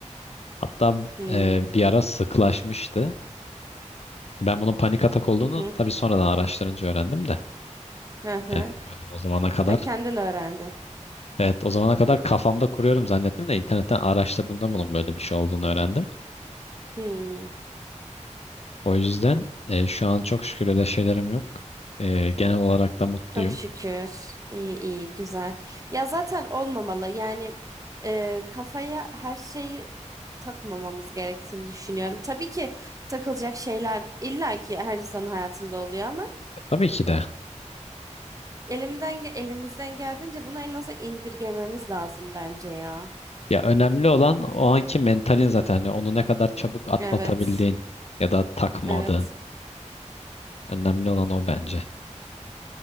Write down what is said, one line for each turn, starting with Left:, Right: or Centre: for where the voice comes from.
Left: Hatta
Right: Hmm.
Left: e, bir ara sıklaşmıştı. Ben bunun panik atak olduğunu
Right: Hı hı.
Left: tabii sonradan araştırınca öğrendim de.
Right: Hı hı.
Left: Yani bilmiyordum o zamana kadar.
Right: Ha, kendin öğrendin.
Left: Evet o zamana kadar kafamda kuruyorum zannettim de internetten araştırdığımda bunun böyle bir şey olduğunu öğrendim.
Right: Hmm.
Left: O yüzden e, şu an çok şükür öyle şeylerim yok. E, genel olarak da mutluyum.
Right: Çok şükür. İyi iyi güzel. Ya zaten olmamalı. Yani e, kafaya her şeyi takmamamız gerektiğini düşünüyorum. Tabii ki takılacak şeyler illaki her insanın hayatında oluyor ama
Left: E, tabii ki de.
Right: elimden ge- elimizden geldiğince bunu en aza indirgememiz lazım bence ya.
Left: Ya önemli olan o anki mentalin zaten. Yani onu ne kadar çabuk atlatabildiğin
Right: Evet.
Left: ya da takmadığın.
Right: Evet.
Left: Önemli olan o bence.